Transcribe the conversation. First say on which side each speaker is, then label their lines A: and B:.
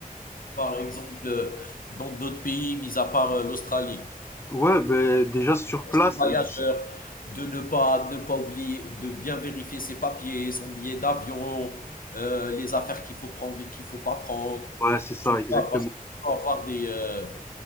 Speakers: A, on the left (about 70°); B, on the left (about 15°).
A: par exemple, euh, dans d'autres pays, mis à part euh, l'Australie?
B: Ouais, ben déjà sur
A: Réflexe
B: place,
A: du voyageur,
B: euh, c'est-
A: de ne pas, ne pas oublier, de bien vérifier ses papiers, son billet d'avion, euh, les affaires qu'il faut prendre et qu'il faut pas prendre.
B: ouais, c'est ça,
A: Tu
B: exactement.
A: vois, parce que tu peux avoir des, euh,